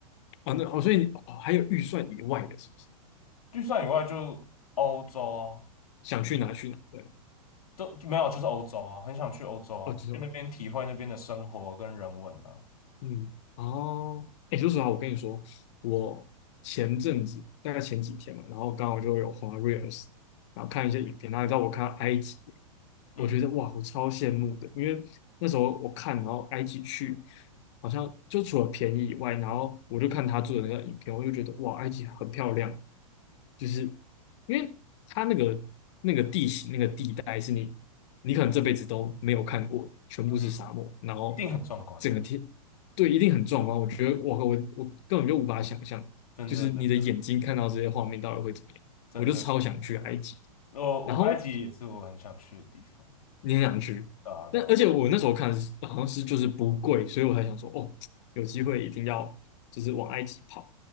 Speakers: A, on the left; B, on the left.
A: 啊，那哦，所以你哦还有预算以外的，是不是？
B: 预算以外就欧洲啊，
A: 想去哪去哪？对啊
B: 都没有就是欧洲啊，很想去欧洲啊，
A: 哦，这种
B: 去那边体会那边的生活跟人文啊，
A: 嗯，哦，哎，说实话，我跟你说，我前阵子大概前几天嘛，然后刚好就有滑 Reels，然后看一些影片，然后你知道我看到埃及，
B: 嗯
A: 我觉得哇，我超羡慕的，因为那时候我看，然后埃及去，好像就除了便宜以外，然后我就看他做的那个影片，我就觉得哇，埃及很漂亮，就是因为它那个那个地形那个地带是你你可能这辈子都没有看过，全部是沙漠，
B: 嗯，
A: 然后
B: 一定很壮观啊，
A: 整个天对，一定很壮观。我觉得，我我我根本就无法想象，
B: 真的真的
A: 就是你的眼睛看到这些画面到底会怎么样。
B: 真的。
A: 我就超想去埃及，
B: 我我埃及也是我很想去的地方。
A: 然后你很想去，
B: 对啊，对啊，
A: 但而且我那时候看是好像是就是不贵，所以我才想说，哦，有机会一定要就是往埃及跑。